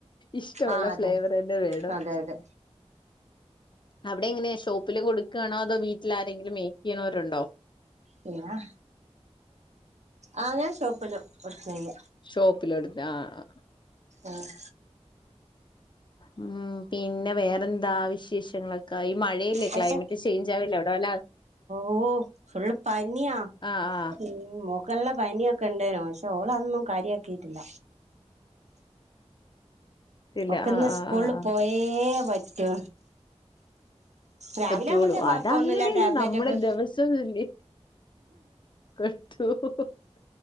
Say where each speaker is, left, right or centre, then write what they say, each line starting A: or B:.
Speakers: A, on the left; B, on the right.
A: ഇഷ്ട്ടമുള്ള
B: ആഹ് അതെ
A: ഫ്ലേവർ തന്നെ വേണം
B: അതെ അതെ
A: അവിടെ എങ്ങനെയ ഷോപ്പില് കൊടുക്കാണോ അതോ വീട്ടിൽ ആരെങ്കിലും മേക്ക് ചെയ്യണവരുണ്ടോ
B: പിന്നാ ആ ഞാൻ ഷോപ്പില് വർക്കെയ്യ
A: ഷോപ്പിലട്ത്ത് ആ ആ
B: ആഹ്
A: ഉം പിന്നെ വേറെന്താ വിശേഷം റ്റങ്ങള് ക്കയി മഴയല്ലേ
B: പക്ഷെ
A: ക്ലൈമറ്റ് ചേഞ്ച് അവടെവെല്ല
B: ഓഹ് ഫുള്ള് പനിയാ
A: ആഹ് ആഹ്
B: ഉം മോ ക്കോള്ള പനിയൊക്കെ ഇണ്ടേനു പക്ഷെ ഓളതൊന്നും കാര്യക്കിട്ടില്ല
A: ത്തില്ല
B: ഒക്കന്ന്
A: ആഹ് ആഹ്
B: സ്കൂളിൽ
A: ആഹ് ആഹ്
B: പോയേ പറ്റൂ രാവിലെ
A: പറ്റുള്ളൂ
B: ആവുമ്പഴത്തേ കൊഴപ്പൊന്നുംല്ല
A: അതങ്ങനെയല്ലേ
B: ടാബ്ലെറ്റോക്കെ
A: നമ്മളെ ദിവസം ഇല്ലേ <unintelligible>